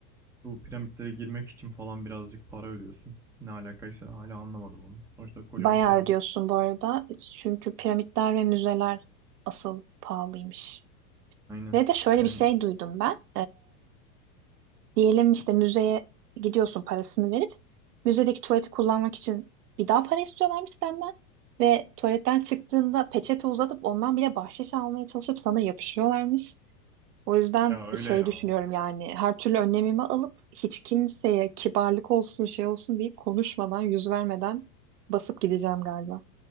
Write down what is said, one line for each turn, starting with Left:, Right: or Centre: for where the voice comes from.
Centre: Bu piramitlere girmek için falan birazcık para ödüyorsun. Ne alakaysa hala anlamadım onu. Sonuçta kocaman
Right: Bayağı
Centre: piramit.
Right: ödüyorsun bu arada çünkü piramitler ve müzeler asıl pahalıymış.
Centre: Aynen.
Right: Ve de şöyle
Centre: Yani
Right: bir şey duydum ben. Diyelim işte müzeye gidiyorsun parasını verip müzedeki tuvaleti kullanmak için bir daha para istiyorlarmış senden ve tuvaletten çıktığında peçete uzatıp ondan bile bahşiş almaya çalışıp sana yapışıyorlarmış. O yüzden
Centre: ya öyle
Right: şey
Centre: ya.
Right: düşünüyorum yani her türlü önlemimi alıp hiç kimseye kibarlık olsun şey olsun deyip konuşmadan yüz vermeden basıp gideceğim galiba.